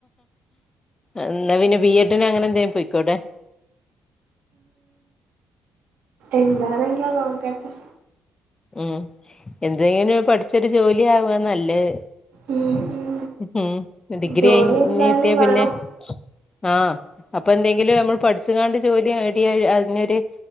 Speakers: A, on the left; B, on the right.
A: എന്നാ പിന്നെ ബി എഡിന് അങ്ങനെ എന്തേ പൊയ്ക്കൂടെ?
B: എന്താറങ്കിയോ നോക്കട്ടെ.
A: ഉം എന്തെങ്കിലും പഠിച്ചൊരു ജോലി ആവാ നല്ലേ.
B: ഉം ഉം
A: ഉം ഡിഗ്രി
B: ജോലി
A: കഴിഞ്ഞ്
B: എന്തായാലും
A: ട്ട്യ പിന്നെ?
B: വേണം
A: ആഹ് അപ്പ എന്തെങ്കിലും ഞമ്മൾ പഠിച്ച്ങ്ങാണ്ട് ജോലി നേടിയ അതിനൊര്